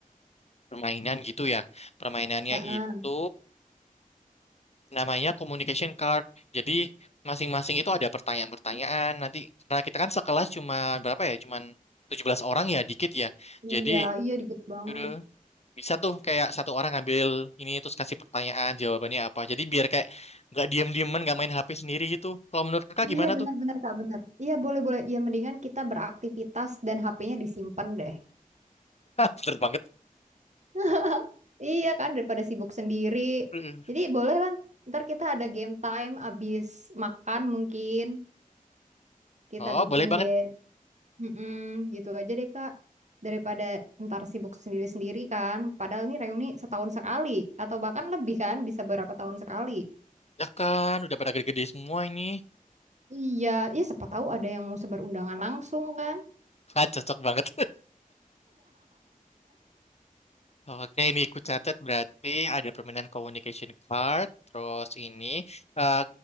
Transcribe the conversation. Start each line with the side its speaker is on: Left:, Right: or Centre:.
Left: permainan gitu ya. Permainannya
Right: Heeh.
Left: itu namanya communication card. Jadi masing-masing itu ada pertanyaan-pertanyaan. Nanti karena kita kan sekelas cuma berapa ya? Cuman 17 orang ya, dikit ya. Jadi
Right: Iya, iya dikit banget.
Left: udah bisa tuh kayak satu orang ngambil ini terus kasih pertanyaan jawabannya apa. Jadi biar kayak nggak diem-dieman, nggak main HP sendiri gitu. Kalau menurut Kakak
Right: Iya
Left: gimana
Right: benar-benar
Left: tuh?
Right: Kak benar. Iya boleh-boleh. Iya mendingan kita beraktivitas dan HP-nya disimpan deh.
Left: <laughs> Hah, Bener banget.
Right: <laughs> Iya kan daripada sibuk sendiri.
Left: Uh,
Right: Jadi boleh lah. Ntar kita ada game time abis makan mungkin kita
Left: Oh,
Right: bikin
Left: boleh banget.
Right: game. Mm-mm, gitu aja deh Kak. Daripada ntar sibuk sendiri-sendiri kan. Padahal ini reuni setahun sekali. Atau bahkan lebih kan. Bisa berapa tahun sekali.
Left: Ya kan, udah pada gede-gede semua ini.
Right: Iya, ya siapa tahu ada yang mau sebar undangan langsung kan.
Left: <laughs> Ah, cocok banget. <laughs> Oke, ini ku catat berarti ada permainan communication card. Terus ini, eh